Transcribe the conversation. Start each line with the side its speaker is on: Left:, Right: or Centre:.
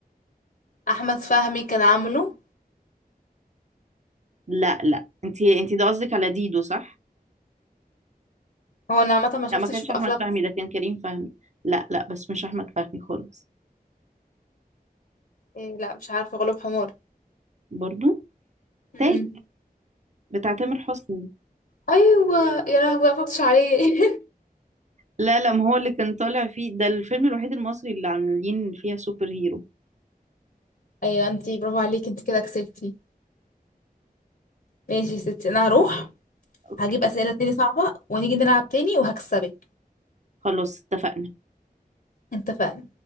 Left: احمد فهمي كان عامله
Right: لا لا انتي انتي ده قصدك على ديدو صح
Left: هو انا عامه ما شفتش
Right: لا ما كانش
Left: في
Right: احمد
Left: افلام
Right: فهمي ده كان كريم فهمي لا لا بس مش احمد فهمي خالص
Left: إيه لا مش عارفه غلوب حمار
Right: برضو تاج
Left: امم
Right: بتاع تامر حسني
Left: ايوه يا لهوي أنا ما فكرتش عليه
Right: لا لا ما هو اللي كان طالع فيه ده الفيلم الوحيد المصري اللي عاملين فيها سوبر هيرو
Left: <laughs> ايوه انت برافو عليكي انت كده كسبتي ماشي يا ستي انا هروح
Right: اوكي
Left: هجيب اسئله تاني صعبه ونيجي نلعب تاني وهكسبك
Right: خلاص اتفقنا
Left: اتفقنا